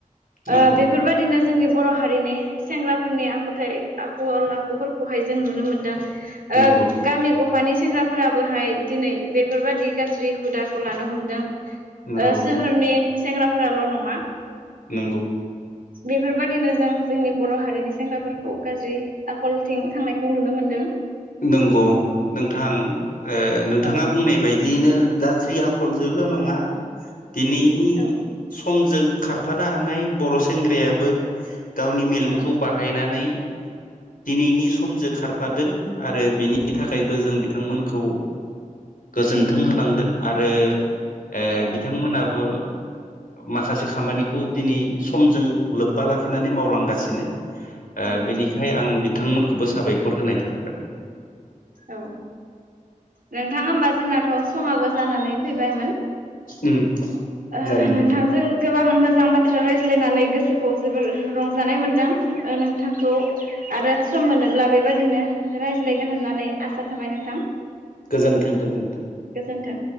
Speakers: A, on the right; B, on the left.
A: ओ
B: नंगौ
A: बेफोरबा दिनो जोंनि बर' हारिनि सेंग्राफोरनि आखुथाइ आखल आखुफोरखौहाय जों नुनो मोन्दों।
B: नंगौ
A: ओ गामि गफानि सेंग्रा फोराबोहाय दिनै बेफोरबादि गाज्रि हुदाखौ लानो हमदों
B: नंगौ
A: ओ सोहोरनि सेंग्राफोराल' नङा
B: नंगौ
A: बेफोरबादिनो जों जोंनि बर' हारिनि सेंग्राफोरखौ गाज्रि आखलथिं थांनायखौ नुनो मोन्दों
B: नंगौ नोंथां ओ नोंथाङा
A: औ
B: बुंनाय बायदिनो गाज्रि आखलजोंल' नङा दिनैनि
A: औ
B: समजों खारफानो हानाय बर' सेंग्रायाबो गावनि मेलेमखौ
A: औ
B: बार बाहायनानै दिनैनि समजों खारफादों आरो बेनि थाखायबो जों बि थांमोनखौ गोजोनथों होनांगोन आरो ओ
A: औ
B: बिथांमोनाबो माखासे खामानिखौ दिनै समजों लोब्बा लाखिनानै मावलांगासिनो। आ
A: औ
B: बिनिखायनो
A: औ
B: आं बिथांमोनखौबो साबायखर होनाय थागोन।
A: औ नोंथां होमबा जोंनाथ' समाबो जानानै फैबायमोन
B: उम
A: ओ
B: जागोन
A: नोंथांजों
B: दे
A: गोबां मोजां बाथ्रा रायज्लायनानै गोसोखौ जोबोर रंजानाय मोनदों ओ नोंथांखौ आरो सम मोनोब्ला बेबादिनो रायज्लायगोन होननानै आसा थाबाय नोंथां।
B: गोजोन्थों गोजोन्थों
A: गोजोन्थों